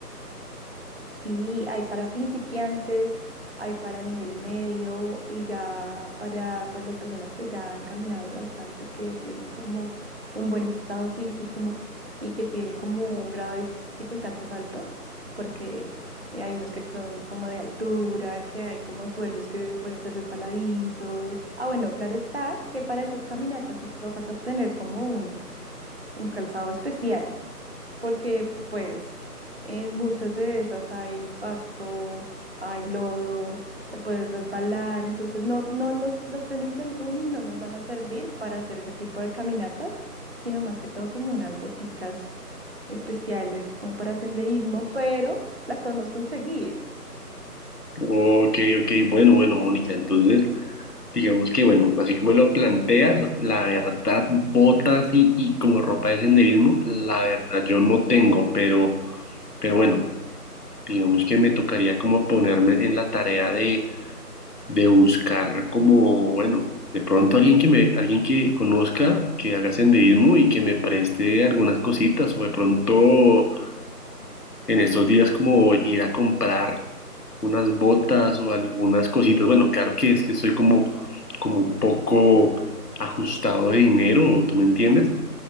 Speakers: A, on the right; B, on the left.
A: Sí, hay para principiantes, hay para nivel medio y ya para pues las personas que ya han caminado bastante, que tienen como un buen estado físico mo- y que tienen como un grado de dificultad más alto, porque eh, hay unos que son como de altura, que hay como suelos que pueden ser resbaladizos. Ah, bueno, claro está que para esas caminatas sí toca tener como un, un calzado especial porque pues en muchas de esas hay pasto, hay lodo, te puedes resbalar, entonces no, no los, los tenis del running no nos van a servir para hacer ese tipo de caminatas, sino más que todo como unas boticas especiales como para senderismo, pero las podemos conseguir.
B: Ok, ok, bueno, bueno, Mónica, entonces digamos que, bueno, así como lo planteas, la verdad, botas y, y como ropa de senderismo, la verdad yo no tengo, pero, pero bueno, digamos que me tocaría como ponerme en la tarea de, de buscar como, bueno, de pronto alguien que me, alguien que conozca, que haga senderismo y que me preste algunas cositas o de pronto en estos días como ir a comprar unas botas o algunas cositas. Bueno, claro que es que estoy como, como un poco ajustado de dinero, ¿tú me entiendes?